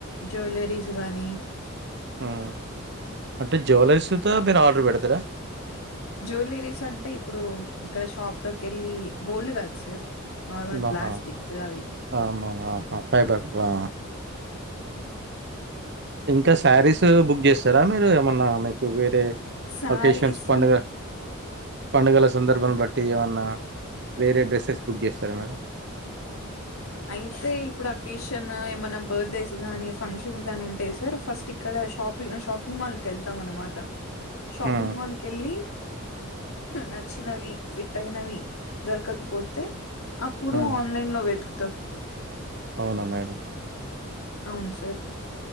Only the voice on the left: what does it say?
జ్యువలరీస్ కానీ
జ్యువెలరీస్ అంటే ఇప్పుడు ఇక్కడ షాప్ లోకి కెళ్ళి గోల్డ్ కాదు సార్ నార్మల్
ప్లాస్టిక్
అవి
శారీస్
అయితే ఇప్పుడు అకేషన్ ఏమైనా బర్త్డేస్ గాని ఫంక్షన్స్ గాని ఉంటే సార్ ఫస్ట్ ఇక్కడ షాపి షాపింగ్ మాల్ కి వెళ్తాం అన్నా మాట షాపింగ్
మాల్ కి వెళ్ళి నచ్చినవి ఫిట్ అయినవి దొరకకపోతే అప్పుడు
ఆన్లైన్ లో వెతు
అవును సార్